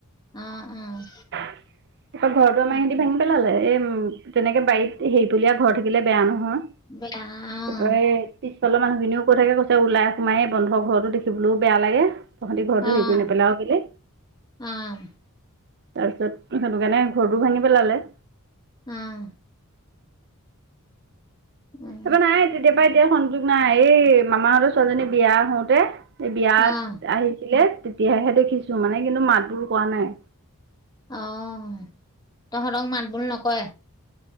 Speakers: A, on the left; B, on the right.
A: অ', অ',
B: তাৰপা ঘৰতো আমাৰ
A: অ',
B: ইহতি ভাঙি পে লালে এ উম, তেনেকে বাৰীত হেৰিতলিয়া ঘৰ থাকিলে বেয়া নহয়।
A: <unintelligible>
B: অ, এই পিছফালৰ মানুহখিনিও কৈ থাকে কৈছে ওলাই সোমাই এই বন্ধৰ ঘৰতো দেখিবলৈও বেয়া লাগে। তহঁতি ঘৰতো
A: অ',
B: হেৰি কৰি নেপেলাঅ কেলে
A: অ',
B: তাৰপিছত সেইটো কাৰণে ঘৰটো ভাঙি পেলালে।
A: উম। উম।
B: তাপা নাই, তেতিয়াৰ পৰা এতিয়া সংযোগ নাই, এই মামাহঁতৰ ছোৱালীজনী বিয়া হওঁতে এই বিয়াত
A: অ',
B: আহিছিলে, তেতিয়াহে দেখিছো, মানে কিন্তু মাতবোল কৰা নাই।
A: অ', তহঁতক মাতবোল নকৰে?